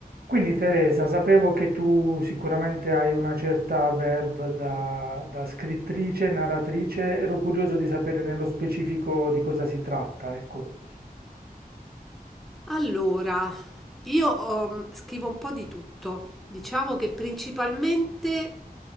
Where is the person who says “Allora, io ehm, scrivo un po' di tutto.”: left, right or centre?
Centre